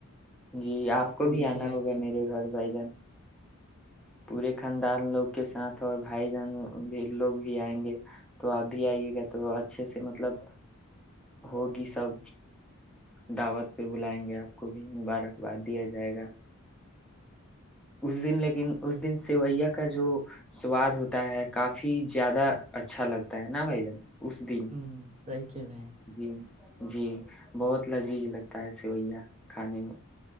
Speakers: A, in the centre; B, on the right.
A: جی آپ
B: اور
A: کو
B: پوری
A: بھی آنا
B: کھلائیں
A: ہوگا
B: گے
A: میرے گھر بھائی جان پورے خاندان لوگ کے ساتھ اور بھائی جان بھی لوگ بھی آئیں گے تو آپ بھی آئیے گا تو اچھے سے مطلب ہوگی سب دعوت پہ بلائیں گے آپ کو بھی مبارکباد دیا جائے گا اس دن لیکن اس دن سیوئیا کا جو سواد ہوتا ہے کافی زیادہ اچھا لگتا ہے نا بھائی جن اسشدن
B: ہ صحیح کھیل رہے ہیں
A: جی جی بہت لذیذ لگتا ہے سویا کھانے میں